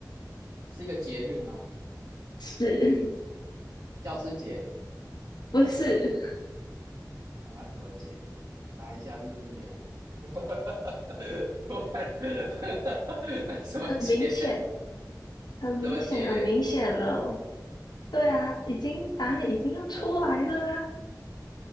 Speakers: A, on the right; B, on the left.
A: 是一个节日吗？
B: 是
A: 教师节，
B: 不是？<laughs>
A: 啊，那什么节？查一下日历啊。<laughs> 我看 <laughs> 什么节？
B: 很明显，很明显，
A: 什么节？
B: 很明显了。对啊，已经答案已经要出来了啊，
A: 他